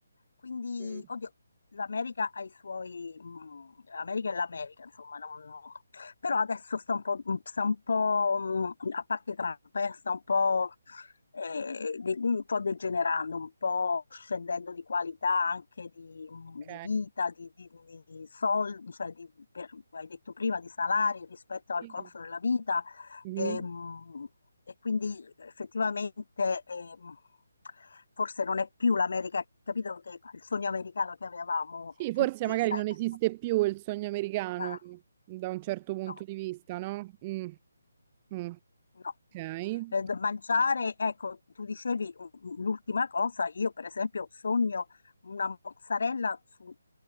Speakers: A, on the left (about 60°); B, on the right (about 25°).
A: Quindi,
B: Mm.
A: oddio, l'America ha i suoi... mm, L'America è l'America, insomma, non- però adesso sta un po', mm, sta un po', mh, a parte Trump, eh, sta un po', eh, de- un po' degenerando, un po' scendendo di qualità anche di, mm,
B: Ok.
A: di vita, di, di, di sol- cioè di- per- hai detto prima, di salari rispetto al
B: Sì.
A: costo della vita.
B: Mhm.
A: ehm, E, quindi effettivamente ehm, forse non è più l'America, capito che il sogno americano che avevamo
B: Sì,
A: tutti,
B: forse magari
A: sai
B: non
A: che...
B: esiste più il sogno americano
A: Ah,
B: da un certo punto
A: no,
B: di vista, no? Mm. Mm.
A: no.
B: Ok.
A: Eh, da mangiare, ecco, tu dicevi mm, mm, l'ultima cosa, io per esempio sogno una mozzarella su,